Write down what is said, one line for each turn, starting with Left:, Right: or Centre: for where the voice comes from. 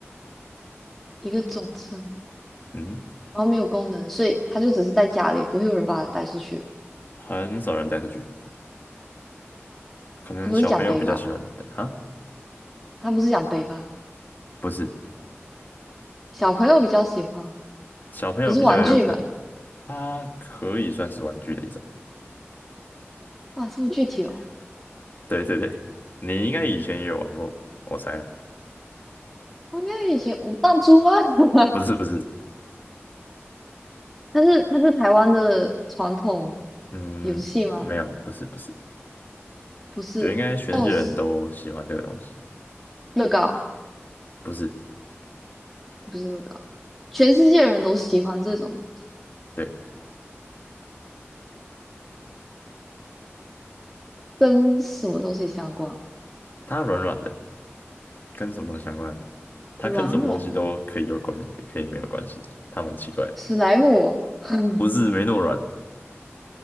Centre: 一个总称，
Left: 嗯哼
Centre: 然后没有功能，所以它就只是在家里，不会有人把它带出去。
Left: 很少人带出去，可能小朋友比较喜欢带哈，
Centre: 它不是奖杯吧？它不是奖杯吧？
Left: 不是，
Centre: 小朋友比较喜欢，
Left: 小朋友比较有可能，
Centre: 不是玩具吧？
Left: 它可以算是玩具的一种。
Centre: 哇，这么具体哦！
Left: 对对对，你应该以前也有玩过，我猜。
Centre: 我那以前我弹珠吗？<laughs>
Left: 不是不是，
Centre: 它是它是台湾的传统
Left: 嗯，
Centre: 游戏吗？
Left: 没有，不是不是，
Centre: 不是，
Left: 就应该全世界人都喜欢这个东西，
Centre: 但我是乐高，
Left: 不是，
Centre: 不是乐高，全世界人都喜欢这种东西，
Left: 对，
Centre: 跟什么东西相关啊？
Left: 它软软的，跟什么东西相关的？它跟什么东西都可以有关系，
Centre: 软软的
Left: 也可以没有关系。它蛮奇怪的，
Centre: 史莱姆哦，<laughs>
Left: 不是没那么软，